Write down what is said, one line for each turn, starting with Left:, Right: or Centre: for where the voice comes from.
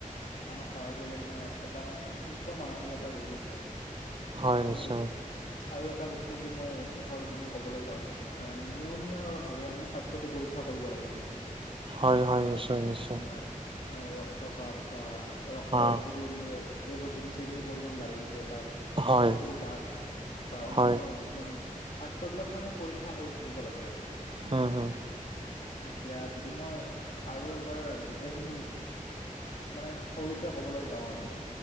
Left: আনক সহায় কৰিলে মানে এটা মানে সুস্থ মানসিকতা গঢ়ি উঠে আৱ।
Right: হয়
Left: আৰু
Right: নিশ্চয়
Left: আৰু এটা বস্তু যি মই শেষৰ পিনে ক'বলৈ যাওঁ এ নিয়মীয়া ভাৱে আমি স্বাস্থ্যটো পৰীক্ষা কৰিব লাগে মানে।
Right: হয়
Left: অঁ
Right: হয় নিশ্চয়
Left: যেনে
Right: নিশ্চয়
Left: আপোনাৰ অ ৰক্তচাপ বা ৰক্তত
Right: অ
Left: যদি মানে তেজত যদি চেনীৰ পৰিমাণ বাঢ়ি গৈছে বা
Right: হয়
Left: চকু দাঁত বা অন্যান্য
Right: হয়
Left: কিছুমান স্বাস্থ্য বিলাক মানে পৰীক্ষা কৰি থাকিব লাগে আৰু
Right: উম হম
Left: মানে। এতিয়া যদি মই আৰু একবাৰ গোটেইখিনি মানে সৰুকে ক'বলৈ যাওঁ আৰু